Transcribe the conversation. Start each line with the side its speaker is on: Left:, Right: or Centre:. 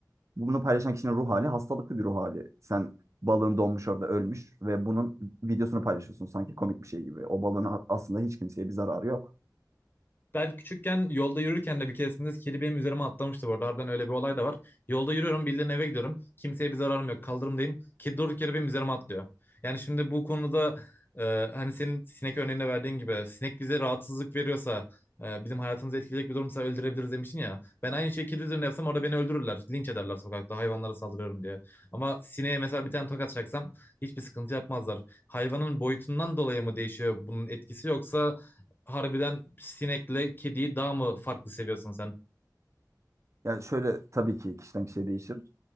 Right: Bunu paylaşan kişinin ruh hali hastalıklı bir ruh hali. Sen balığın donmuş orada ölmüş ve bunun videosunu paylaşıyorsun sanki komik bir şey gibi. O balığın a- aslında hiç kimseye bir zararı yok.
Left: Ben küçükken yolda yürürken de bir keresinde kedi benim üzerime atlamıştı bu arada. Harbiden öyle bir olay da var. Yolda yürüyorum birilerinin eve gidiyorum. Kimseye bir zararım yok. Kaldırımdayım. Kedi durduk yere benim üzerime atlıyor. Yani şimdi bu konuda e, hani senin sinek örneğinde verdiğin gibi sinek bize rahatsızlık veriyorsa e, bizim hayatımızı etkileyecek bir durumsa öldürebiliriz demiştin ya. Ben aynı şeyi kedi üzerine yapsam orada beni öldürürler. Linç ederler sokakta hayvanlara saldırıyorum diye. Ama sineğe mesela bir tane tokat çaksam hiçbir sıkıntı yapmazlar. Hayvanın boyutundan dolayı mı değişiyor bunun etkisi yoksa harbiden sinekle kediyi daha mı farklı seviyorsun sen?
Right: Yani şöyle tabii ki kişiden kişiye değişir.